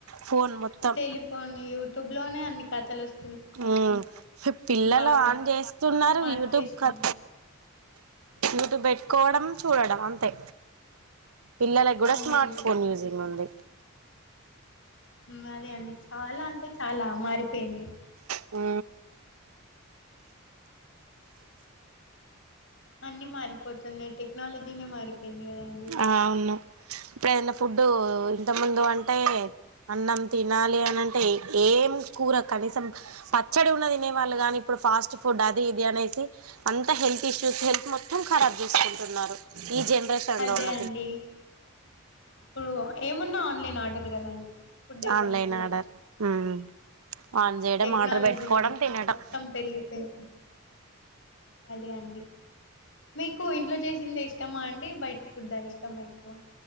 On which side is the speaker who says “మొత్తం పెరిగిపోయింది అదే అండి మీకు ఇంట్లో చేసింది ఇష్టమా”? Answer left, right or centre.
Left